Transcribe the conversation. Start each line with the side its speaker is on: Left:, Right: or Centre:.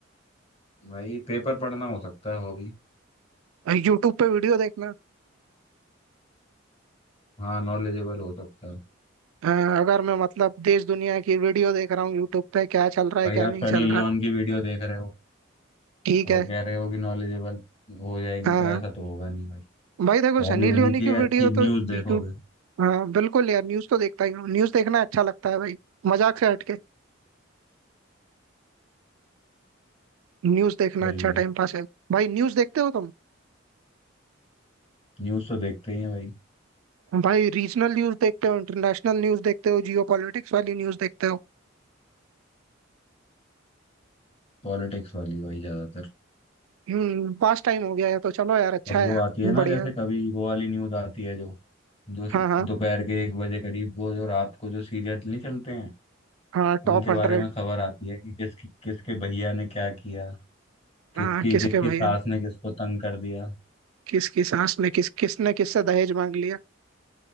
Left: भाई पेपर पढ़ना हो सकता है हॉबी
Right: यूट्यूब पे वीडियो देखना
Left: हाँ नॉलेजेबल हो सकता है
Right: अ, अगर मैं मतलब देश दुनिया की वीडियो देख रहा हूँ यूट्यूब पे क्या चल रहा है
Left: भाई
Right: क्या नहीं
Left: आप सनी
Right: चल रहा
Left: लियोन की वीडियो देख रहे हो
Right: ठीक
Left: और
Right: है
Left: कह रहे हो कि नॉलेजेबल हो जाएगी
Right: हाँ
Left: तो ऐसा तो होगा नहीं भाई
Right: भाई देखो
Left: हॉबी
Right: सनी
Left: होनी
Right: लियोनी
Left: चाहिए
Right: की वीडियो
Left: अच्छी न्यूज़
Right: तो
Left: देखोगे
Right: यू हाँ बिल्कुल यार न्यूज तो देखता ही हूँ न्यूज देखना अच्छा लगता है भाई मजाक से हटके न्यूज देखना
Left: सही
Right: अच्छा
Left: है
Right: टाइम पास है भाई न्यूज देखते हो तुम
Left: न्यूज़ तो देखते ही हैं भाई
Right: भाई रीजनल न्यूज देखते हो इंटरनेशनल न्यूज देखते हो जियो पॉलिटिक्स वाली न्यूज देखते हो
Left: पॉलिटिक्स वाली भाई ज्यादातर
Right: हम्म पास टाइम हो गया है तो चलो यार अच्छा
Left: और वो
Right: है यार
Left: आती है ना
Right: बढ़िया
Left: जैसे कभी वो वाली न्यूज़ आती है जो जो
Right: हाँ हाँ
Left: दोपहर के एक बजे करीब वो जो रात को जो सीरियल नहीं चलते हैं
Right: हाँ टॉप
Left: उनके
Right: हंड्रेड
Left: बारे में खबर आती है कि किस किसके भैया ने क्या किया किसकी
Right: हाँ किसके
Left: किसकी
Right: भैया
Left: सास ने किसको तंग कर दिया
Right: किसकी सास ने किस किसने किससे दहेज मांग लिया